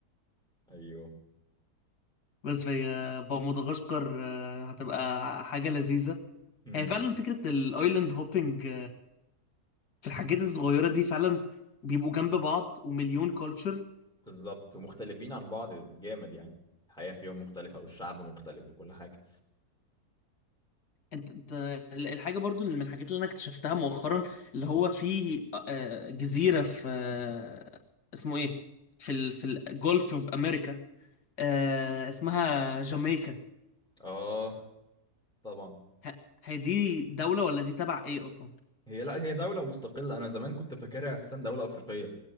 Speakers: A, in the centre; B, on the left (about 90°).
A: ايوه
B: بس في بقى مدغشقر آه، هتبقى حاجة لذيذة
A: امم
B: هي فعلا فكرة الايلاند هوبينج في الحاجات الصغيرة دي فعلا بيبقوا جنب بعض ومليون كولتشر
A: بالظبط ومختلفين عن بعض جامد يعني الحياة فيهم مختلفة والشعب مختلف وكل حاجة
B: انت انت الحاجه برضو اللي من الحاجات اللي انا اكتشفتها مؤخرا اللي هو في آه، جزيره في آه، اسمه ايه في ال... في الجولف في امريكا آه، اسمها جامايكا
A: اه طبعا
B: ه- هي دي دوله ولا دي تبع ايه اصلا
A: هي لا هي دولة مستقلة أنا زمان كنت فاكرها أساسا دولة أفريقية